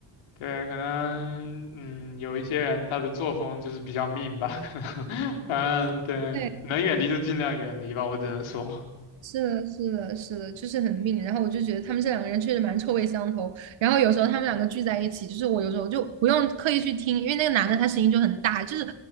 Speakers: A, on the left (about 90°); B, on the right (about 75°).
A: 对，可能嗯，有一些人他的作风就是比较 mean 吧，可能，<laughs> 反正对，
B: <laughs> 对
A: 能远离就尽量远离吧，我只能说
B: 是的，是的，是的，就是很命。然后我就觉得他们这两个人确实蛮臭味相投。然后有时候他们两个聚在一起，就是我有时候就不用刻意去听，因为那个男的他声音就很大，就是